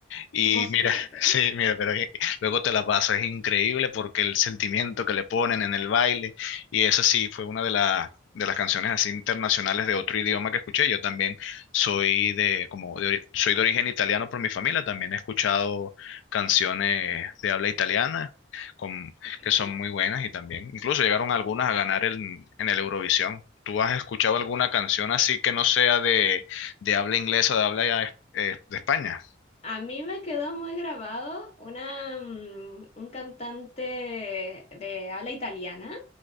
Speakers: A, on the left (about 75°); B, on the left (about 35°).
A: Y
B: Moscú,
A: mira,
B: ok,
A: <laughs> sí, mira, pero eh, luego te la paso, es increíble porque el sentimiento que le ponen en el baile, y eso sí, fue una de, la- de las canciones así internacionales de otro idioma que escuché. Yo también soy de, como de ori- soy de origen italiano por mi familia, también he escuchado canciones de habla italiana con,
B: ok.
A: que son muy buenas y también, incluso llegaron algunas a ganar en, en el Eurovisión. ¿Tú has escuchado alguna canción así que no sea de, de habla inglesa, de habla eh, de España?
B: A mí me quedó muy grabado una, mm, un cantante de habla italiana